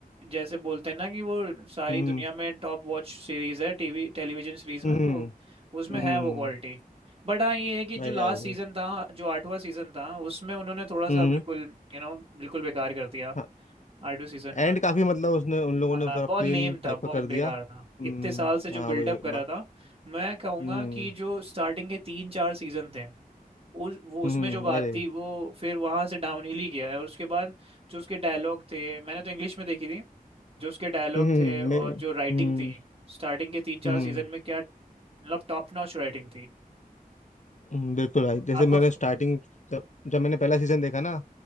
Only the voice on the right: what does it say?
जैसे बोलते हैं ना कि वो सारी
दुनिया में टॉप वॉच सीरीज है टीवी टेलीविजन सीरीज में
तो उसमें
है वो क्वालिटी बट हाँ ये है कि जो
लास्ट
सीजन था जो आठवां सीजन था उसमें उन्होंने थोड़ा सा
बिल्कुल
यू you नो know, बिल्कुल बेकार कर दिया
आठवें सीजन में
हाँ
बहुत
लेम
था बहुत
बेकार
था
इतने साल से जो
बिल्डअप
करा
था मैं कहूँगा
कि जो स्टार्टिंग के तीन चार सीजन थे उस वो
उसमें जो बात
थी वो फिर वहां से डाउन हिल ही गया है और उसके बाद जो उसके डायलॉग थे मैंने तो इंग्लिश में देखी थी जो उसके डायलॉग
थे और
जो राइटिंग थी स्टार्टिंग के तीन चार
सीजन में क्या मतलब टॉप नॉच राइटिंग थी
आपका
फ-